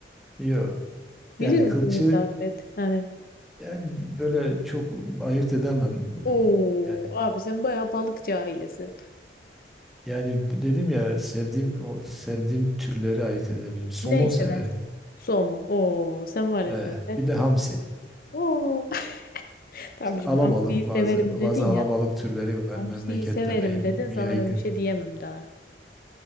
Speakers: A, in the centre; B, on the left.
A: Yok. Yani
B: Bilir misin
A: kılçı
B: istavrit? Hani
A: yani böyle çok ayırt edemem.
B: Oo
A: Yani
B: abi sen bayağı balıkçı ailesin.
A: Yani dedim ya sevdiğim o sevdiğim türleri ayırt edebilirim. Somon
B: Neyi seversin?
A: severim.
B: Somon. Oo sen var ya
A: He,
B: sen.
A: bir de hamsi.
B: Oo <laughs> tamam
A: İşte
B: şimdi
A: alabalık
B: hamsiyi severim
A: bazı bazı
B: dedin
A: alabalık
B: ya.
A: türleri var
B: Hamsiyi
A: memlekette
B: severim
A: me-
B: dedin sana
A: yaygın.
B: ben bir şey diyemem daha.